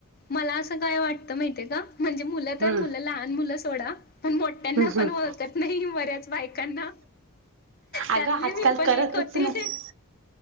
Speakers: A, on the left (about 45°); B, on the right (about 60°).
A: मला असं काय वाटतं माहितीये का? म्हणजे मुलं तर
B: हम्म
A: मुलं लहान मुलं सोडा पण मोठ्यांना
B: हम्म हम्म
A: पण ओळखत नाही बऱ्याच बायकांना त्यातली
B: अगं आजकाल
A: मी पण
B: करतच
A: एक होती.
B: ना